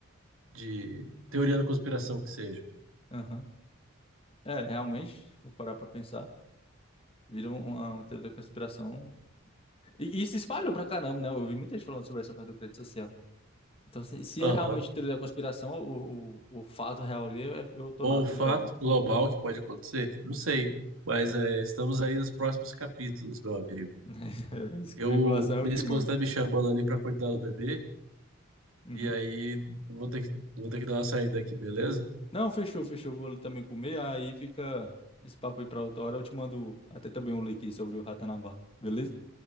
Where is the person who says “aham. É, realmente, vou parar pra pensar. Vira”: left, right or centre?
Left